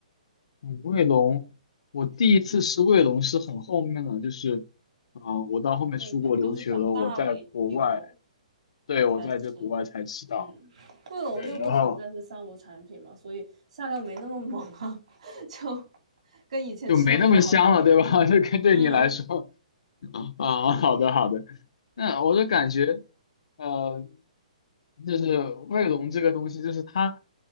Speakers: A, on the left; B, on the right.
A: 嗯，卫龙，我第一次吃卫龙是很后面了，
B: 嗯，
A: 就是，嗯、我到后面出国留学了，
B: 对，可能都是长大了以以后
A: 我在国外，对，我在这国外才吃到，
B: 才吃的，嗯，卫龙就不存在是三无产品嘛，
A: 对，然后
B: 所以下料没那么猛啊，<laughs> 就跟以前吃的味道还不太一样。
A: 就没那么香了，对吧？<laughs> 这跟对你来说，
B: 嗯
A: 啊，好的好的，那我就感觉。呃，就是卫龙这个东西，就是它，